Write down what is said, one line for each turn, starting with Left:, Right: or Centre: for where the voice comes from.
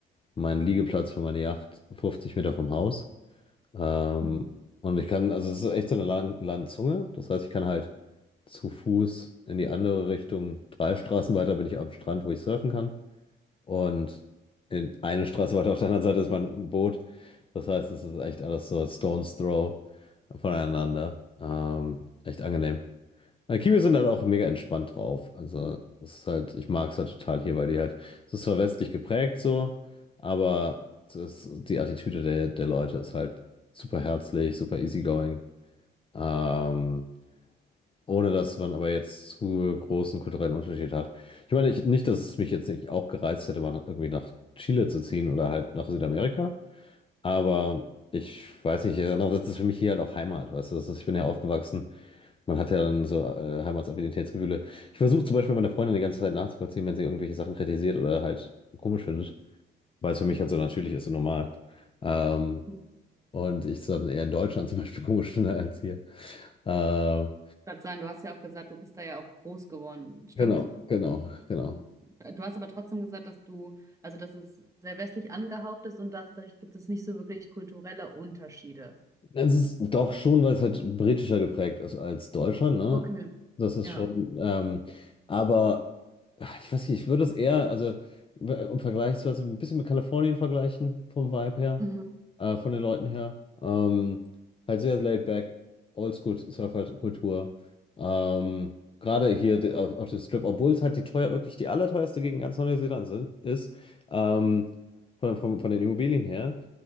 Left: meinen Liegeplatz für meine Yacht 50 Meter vom Haus. Ähm,
Right: Mhm.
Left: und ich kann, also es ist echt so eine lan- Landzunge. Das heißt, ich kann halt zu Fuß in die andere Richtung, drei Straßen weiter bin ich am Strand, wo ich surfen kann. Und in eine Straße weiter auf der anderen Seite ist mein Boot. Das heißt, es ist echt alles so Stone's Throw voneinander. Ähm, echt angenehm. Aber Kiwis sind dann auch mega entspannt drauf. Also, das ist halt, ich mag es halt total hier, weil die halt, es ist zwar westlich geprägt so, aber das, die Attitüde der, der Leute ist halt super herzlich, super easygoing. Ähm, ohne dass man aber jetzt zu großen kulturellen Unterschied hat. Ich meine, ich, nicht, dass es mich jetzt nicht auch gereizt hätte, mal irgendwie nach Chile zu ziehen oder halt nach Südamerika, aber ich weiß nicht, andererseits ist es für mich hier halt auch Heimat, weißt du, das ist, ich bin ja aufgewachsen. Man hat ja dann so äh, Heimatsaffinititätsgefühle. Ich versuche zum Beispiel meiner Freundin die ganze Zeit nachzuvollziehen, wenn sie irgendwelche Sachen kritisiert oder halt komisch findet, weil es für mich halt so natürlich ist und normal. Ähm,
Right: Ich
Left: und ich es dann eher in Deutschland zum Beispiel <laughs> komisch finde als hier. Ähm,
Right: wollte sagen, du hast ja auch gesagt, du bist da ja auch groß geworden, stimmt?
Left: genau, genau, genau.
Right: Mhm. Du hast aber trotzdem gesagt, dass du, also dass es sehr westlich angehaucht ist und dass, dadurch gibt es nicht so wirklich kulturelle Unterschiede.
Left: Es ist doch schon, weil es halt britischer geprägt ist als Deutschland, ne?
Right: Okay,
Left: Das ist
Right: ja.
Left: schon, ähm, aber ach, ich weiß nicht, ich würde es eher, also w- um vergleichsweise ein bisschen mit Kalifornien vergleichen, vom Vibe her,
Right: Mhm.
Left: äh, von den Leuten her. Ähm, halt sehr laid back, Oldschool-Surfer-Kultur. Ähm, gerade hier de- auf, auf dem Strip, obwohl es halt die teuer, wirklich die allerteuerste Gegend ganz Neuseelands i- ist, ähm, von, von, von den Immobilien her.